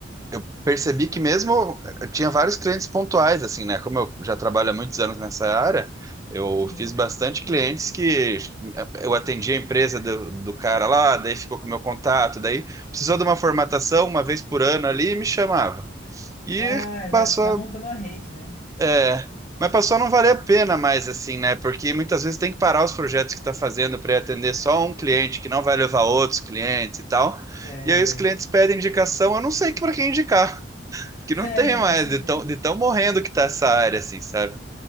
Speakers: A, on the right; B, on the left.
A: eu percebi que mesmo eu tinha vários clientes pontuais, assim, né? Como eu já trabalho há muitos anos nessa área, eu
B: sim.
A: fiz bastante clientes que eh, eu atendi a empresa do, do cara lá, daí ficou com o meu contato, daí precisou de uma formatação uma vez por ano ali e me chamava. E
B: Ah,
A: passou,
B: vai, vai montando uma rede, né?
A: é, mas passou a não valer a pena mais, assim, né? Porque muitas vezes tem que parar os projetos que está fazendo para atender só um cliente, que não vai levar outros clientes e tal.
B: É,
A: E aí os clientes pedem indicação, eu não sei para quem indicar, <laughs> que
B: <laughs>
A: não
B: é,
A: tem mais,
B: faz sentido.
A: de tão, de tão morrendo que tá essa área, assim, sabe?